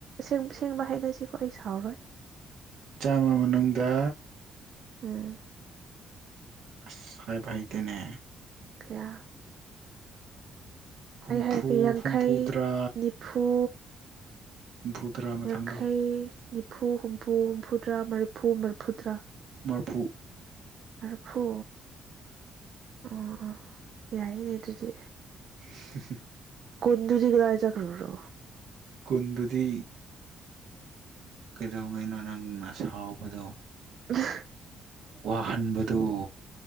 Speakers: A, on the right; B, on the right.
A: ꯁꯦꯡꯕ ꯍꯥꯏꯅꯁꯤꯀꯣ ꯑꯩ ꯁꯥꯎꯔꯔꯣꯏ
B: ꯆꯥꯝꯃ ꯃꯅꯨꯡꯗ
A: ꯎꯝ
B: ꯑꯁ ꯍꯥꯏꯕ ꯍꯩꯇꯦꯅꯦ
A: ꯀꯌꯥ
B: ꯍꯨꯝꯐꯨ
A: ꯑꯩ ꯍꯥꯏꯔꯛꯀꯦ ꯌꯥꯡꯈꯩ
B: ꯍꯨꯝꯐꯨꯇꯔꯥ
A: ꯅꯤꯐꯨ
B: ꯍꯨꯝꯐꯨ ꯇꯔꯥ ꯃꯊꯪꯗꯣ
A: ꯌꯥꯡꯈꯩ ꯅꯤꯐꯨ ꯍꯨꯝꯐꯨ ꯍꯨꯝꯐꯨꯇꯔꯥ ꯃꯔꯤꯐꯨ ꯃꯔꯤꯐꯨꯇꯔꯥ
B: ꯐꯨ
A: ꯃꯔꯤꯐꯨ ꯑꯥ ꯑꯥ ꯌꯥꯏꯅꯦ ꯑꯗꯨꯗꯤ
B: ꯍꯨꯝ ꯍꯨꯝ
A: ꯀꯟꯗꯨꯗꯤꯒ ꯂꯥꯏ ꯆꯈ꯭ꯔ꯭ꯔꯣ
B: ꯀꯨꯟꯗꯨꯗꯤ ꯀꯩꯗꯧꯉꯩꯅꯣ ꯅꯪꯅ ꯁꯥꯎꯕꯗꯣ
A: ꯑ
B: ꯋꯥꯍꯟꯕꯗꯨꯣ